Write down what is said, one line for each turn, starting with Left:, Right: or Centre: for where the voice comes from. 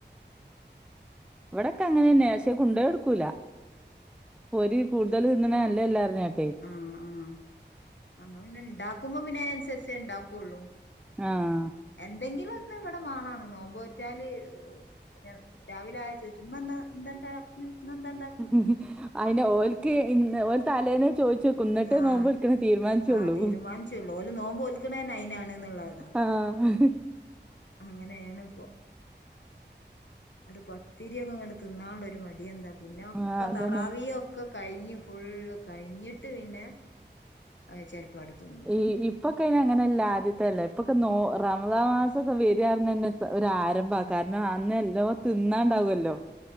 Centre: ഇവടൊക്കെ അങ്ങനെന്നെ, പക്ഷെ കൊണ്ടേട്ക്കൂല. ഓര് കൂടുതൽ തിന്ന്ണ നല്ല ല്ലാർഞ്ഞാണ്ടിം.
Left: ആഹ്ആഹ് ഞങ്ങള് പിന്നെ ഇണ്ടാക്കുമ്പോ പിന്നെ അയ്നൻസര്ച്ചേ ഇണ്ടാക്കൊള്ളൂ.
Centre: ആഹ്.
Left: എന്തെങ്കിലും ഒന്ന് ഇവടെ മാണാ ണും, നോമ്പ് നോറ്റാല് അ് ന്നെ രാവിലെ ആയചോയ്ചുംമ്മന്ന് എന്താഇണ്ടാക്ണ് ഇന്നെന്താഇണ്ടാക്ണ്.
Centre: ഉം, അയ്ന് ഓൽക്ക് ഇ ന്ന് ഓല്തലേനെ ചോയ്ച്ചെ ന്നിട്ടേ
Left: ആഹ്
Centre: നോമ്പോൽക്ക്ണത് തീരാമാൻച്ചൊള്ളൂ.
Left: ആഹ് തീരുമാനിച്ചുള്ളൂ ഓല് നോമ്പ് ഓൽക്കണ അയിനാണ്ന്നുള്ളതാ
Centre: ആഹ്.
Left: അങ്ങനേണ്പ്പൊ. ട് പത്തിരിയൊക്കെ ഇങ്ങട്ട് തിന്നാള്ള ഒരു മടിഎന്താ പിന്നെ ഒക്കെ
Centre: ആഹ് അതന്നെ
Left: തറാവിയൊ ക്കെ കഴിഞ്ഞ്ഫുള്ള് കഴിഞ്ഞ്ട്ട് പിന്നെ അത് ചെലപ്പാട്തിന്നും
Centre: ഈ ഇപ്പൊക്കെയ്ന് അങ്ങനല്ല ആദ്യത്തെല്ല ഇപ്പൊക്കെ നോ റമളാം മാസംക്കെ വരാന്നർഞന്നെ. ഒരു ആരംഭാ, കാരണം അന്ന് എല്ലോം തിന്നാണ്ടാവല്ലോ